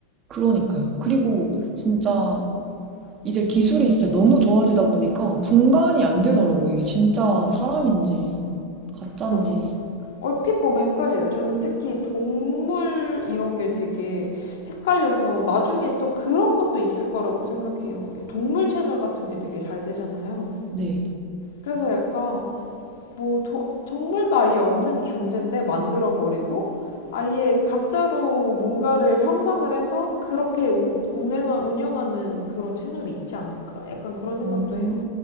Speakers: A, on the right (about 35°); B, on the left (about 75°).
A: 그러니까요. 그리고 진짜 이제 기술이 진짜 너무 좋아지다 보니까 분간이 안 되더라고. 이게 진짜 사람인지, 가짜인지.
B: 그죠? 얼핏 보면 헷갈려요. 저는 특히 동물 이런 게 되게 헷갈려서 나중에 또 그런 것도 있을 거라고 생각해요. 동물 채널 같은 게 되게 잘 되잖아요.
A: 네.
B: 그래서 약간 뭐 도- 동물도 아예 없는 존재인데 만들어 버리고 아예 가짜로 뭔가를 형상을 해서 그렇게 우, 운행, 운영하는 그런 채널이 있지 않을까? 약간 그런 생각도
A: 오,
B: 해요.